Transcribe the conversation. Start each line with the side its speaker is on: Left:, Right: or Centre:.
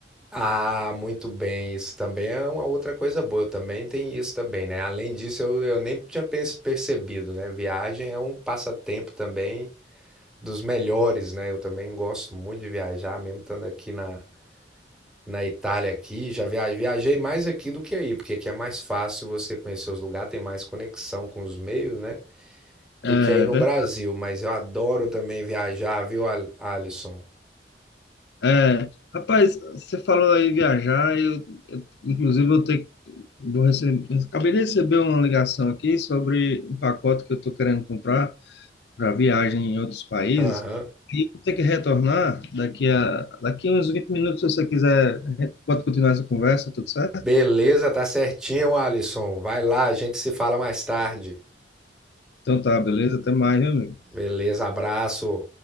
Centre: Ah, muito bem. Isso também é uma outra coisa boa. Também tem isso também, né? Além disso, eu, eu nem tinha pens- percebido, né? Viagem é um passatempo também dos melhores, né? Eu também gosto muito de viajar, mesmo estando aqui na, na Itália aqui. Já viajei, viajei mais aqui do que aí, porque aqui é mais fácil você conhecer os lugares, tem mais conexão com os meios, né? Do
Left: É
Centre: que aí no Brasil. Mas eu adoro também viajar, viu, Al- Alisson?
Left: É, rapaz, você falou aí viajar, eu, eu- inclusive eu tenho, vou receber, acabei de receber uma ligação aqui sobre um pacote que eu estou querendo comprar para viagem em outros países
Centre: Aham.
Left: e vou ter que retornar daqui a daqui a uns 20 minutos, se você quiser, a gente pode continuar essa conversa, tudo certo?
Centre: Beleza, tá certinho, Alisson. Vai lá, a gente se fala mais tarde.
Left: Então tá, beleza, até mais, meu amigo.
Centre: Beleza, abraço.